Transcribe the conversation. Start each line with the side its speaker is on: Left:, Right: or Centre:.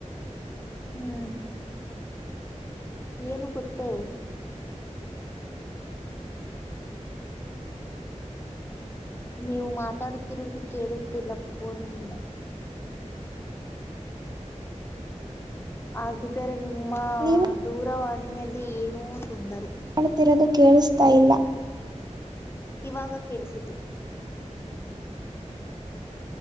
Left: ಹ್ಮ್ ಏನು ಗೊತ್ತೇ ನೀವು ಮಾತಾಡುತ್ತಿರುವುದು ಕೇಳುತ್ತಿಲ್ಲ ಫೋನಿನಿಂದ. ಹಾಗಿದ್ದರೆ ನಿಮ್ಮ
Right: ನೀವು
Left: ದೂರವಾಣಿಯಲ್ಲಿ ಏನೂ ತೊಂದರೆ.
Right: ಮಾಡುತಿರೋದು ಕೇಳಿಸ್ತಾ ಇಲ್ಲ.
Left: ಇವಾಗ ಕೇಳಿಸಿತು.